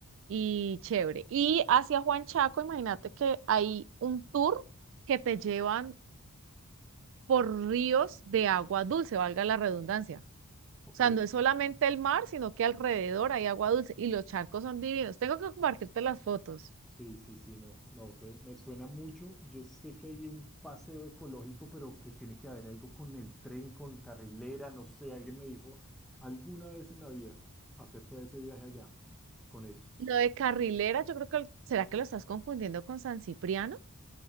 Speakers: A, on the right; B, in the centre.
A: y chévere. Y hacia Juan Chaco, imagínate que hay un tour que te llevan por ríos de agua dulce, valga la redundancia.
B: ok,
A: O sea, no es solamente el mar, sino que alrededor hay agua dulce y los charcos son divinos. Tengo que compartirte las fotos.
B: Sí, sí, sí, no, no, su- me suena mucho. Yo sé que hay un paseo ecológico, pero que tiene que haber algo con el tren, con carrilera, no sé, alguien me dijo alguna vez en la vida acerca de ese viaje allá, con eso.
A: Lo de Carrilera, yo creo que, ¿será que lo estás confundiendo con San Cipriano?